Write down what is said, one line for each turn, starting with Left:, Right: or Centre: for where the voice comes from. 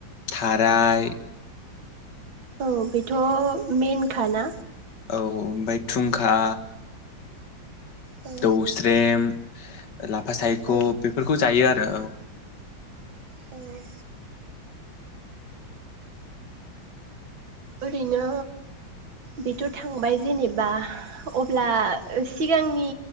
Left: थाराय
Right: औ बेथ' मेन खाना।
Left: औ ओमफ्राय थुंखा
Right: औ
Left: दौस्रेम लाफा सायख'
Right: औ
Left: बेफोरखौ जायो आरो औ।
Right: औ। ओरैनो बेथ' थांबाय जेनेबा अब्ला सिगांनि